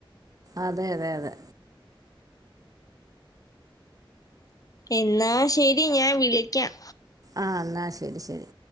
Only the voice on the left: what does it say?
എന്നാ ശരി ഞാൻ വിളിക്കാം